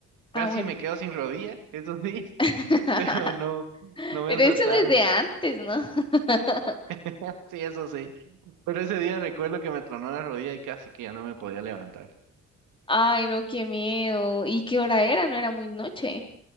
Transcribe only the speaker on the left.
Ah, bueno.
<laughs>
Pero
eso desde antes, ¿no? <laughs>
Ay, no, qué miedo. ¿Y qué hora era? No era muy noche.